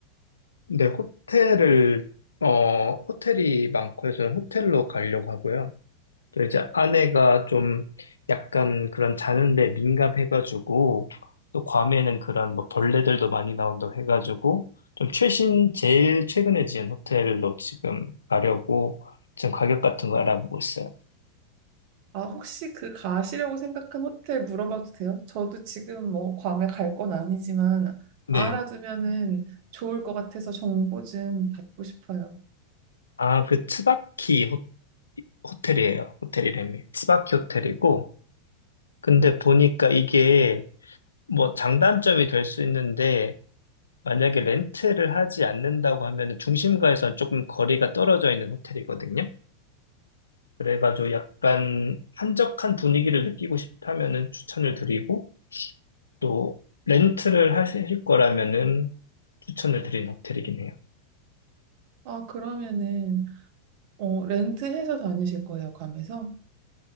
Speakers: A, on the left; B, on the right.
A: 네, 호텔을, 어, 호텔이 많고 해서 호텔로 가려고 하고요. 또 이제 아내가 좀 약간 그런 자는데 민감해가지고 또 괌에는 그런 뭐 벌레들도 많이 나온다고 해가지고 좀 최신 제일 최근에 지은 호텔로 지금 가려고 지금 가격 같은 거 알아보고 있어요.
B: 아, 혹시 그 가시려고 생각한 호텔 물어봐도 돼요? 저도 지금 뭐 괌에 갈 건 아니지만
A: 네.
B: 알아두면은 좋을 것 같아서 정보 좀 받고 싶어요.
A: 아, 그 츠바키 호, 호텔이에요. 호텔이름이 츠바키 호텔이고 근데 보니까 이게 뭐 장단점이 될 수 있는데 만약에 렌트를 하지 않는다고 하면 중심가에서 조금 거리가 떨어져 있는 호텔이거든요. 그래가지고 약간 한적한 분위기를 느끼고 싶다면은 추천을 드리고 또 렌트를 하실 거라면은 추천을 드린 호텔이긴 해요.
B: 아, 그러면은 어, 렌트해서 다니실 거예요, 괌에서?